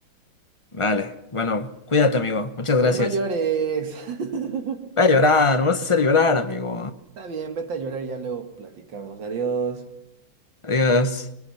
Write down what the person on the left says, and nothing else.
Vale, bueno, cuídate, amigo. Muchas gracias.
Va a llorar, no vas a hacer llorar, amigo.
Adiós.